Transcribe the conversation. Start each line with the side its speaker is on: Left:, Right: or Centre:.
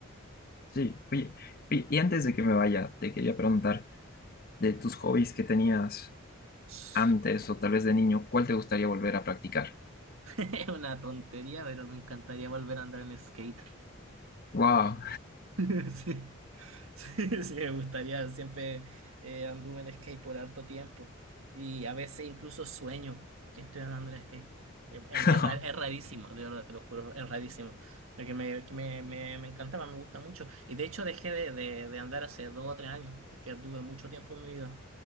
Left: Sí, oye, y y antes de que me vaya, te quería preguntar de tus hobbies que tenías
Right: <laughs>
Left: antes o tal vez de niño, ¿cuál te gustaría volver a practicar?
Right: Es una tontería, pero me encantaría volver a andar en skate.
Left: ¡Wow!
Right: <laughs> Sí. <laughs> Sí, sí, me gustaría. Siempre eh, anduve en skate por harto tiempo. Y a veces incluso sueño que estoy andando en skate. Es, es
Left: <laughs>
Right: es ra- es rarísimo, de verdad, te lo juro, es rarísimo. Porque me, que me, me, me encantaba, me gusta mucho. Y de hecho dejé de, de, de andar hace dos o tres años, porque anduve mucho tiempo en mi vida.